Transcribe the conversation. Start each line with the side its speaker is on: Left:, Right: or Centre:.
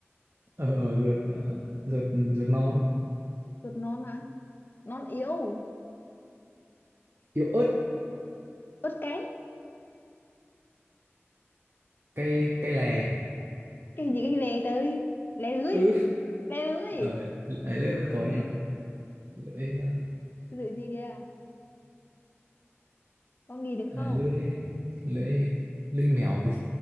Right: ờ ruột ờ, ruột ruột non
Left: Ruột non mà. Non yếu.
Right: yếu ớt
Left: Ướt cái.
Right: cay cay lè
Left: Cái gì cái lề tới. Lè lưới.
Right: ừ
Left: Lè lưới.
Right: ở ấy lưỡi vẫn có nhỉ lưỡi ờ,
Left: Cái lưỡi gì kìa? Con gì được
Right: à,
Left: không?
Right: lưỡi lưỡi lưỡi mèo đi